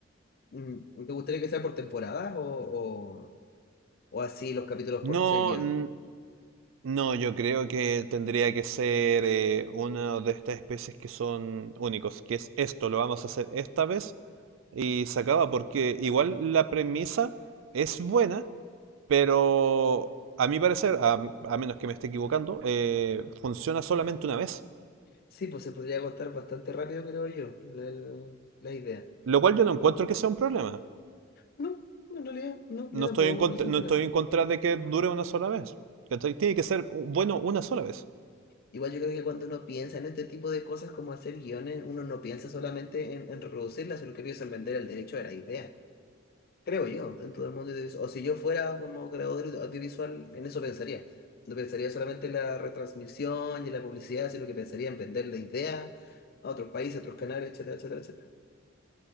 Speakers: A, on the left; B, on the right.
A: Mm, ¿Te gustaría que sea por temporadas o, o, o así los capítulos
B: No,
A: por seguidos?
B: n- no, yo creo que tendría que ser eh, una de estas especies que son únicos, que es esto, lo vamos a hacer esta vez y se acaba porque igual la premisa es buena, Pero a mi parecer, a, a menos que me esté equivocando, eh, funciona solamente una vez.
A: Sí, pues se podría agotar bastante rápido, creo yo, la, el- la idea.
B: Lo cual yo no encuentro que sea un problema.
A: No, en realidad, no, yo
B: No
A: tampoco
B: estoy en contra,
A: creo que sea
B: no
A: un problema.
B: estoy en contra de que dure una sola vez. ¿Cachai? Tiene que ser bueno una sola vez.
A: Igual yo creo que cuando uno piensa en este tipo de cosas como hacer guiones, uno no piensa solamente en, en reproducirlas, sino que piensa en vender el derecho de la idea. creo yo, dentro del mundo audiovisual. O si yo fuera como creador audio- audiovisual, en eso pensaría. No pensaría solamente en la retransmisión y en la publicidad, sino que pensaría en vender la idea a otros países, a otros canales, etcétera, etcétera, etcétera.